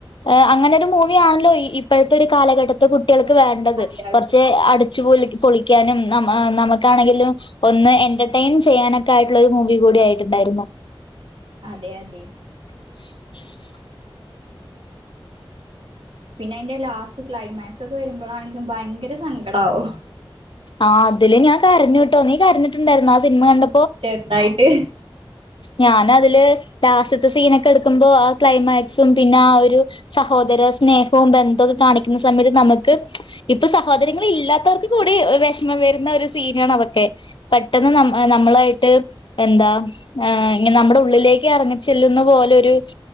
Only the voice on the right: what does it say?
അത്യാവശ്യം
അതെ അതെ
പിന്നെ അതിന്റെ ലാസ്റ്റ് ക്ലൈമാക്സ് ഒക്കെ വരുമ്പോഴാണെങ്കിലും ഭയങ്കര സങ്കടമാവോ
ചെറുതായിട്ട്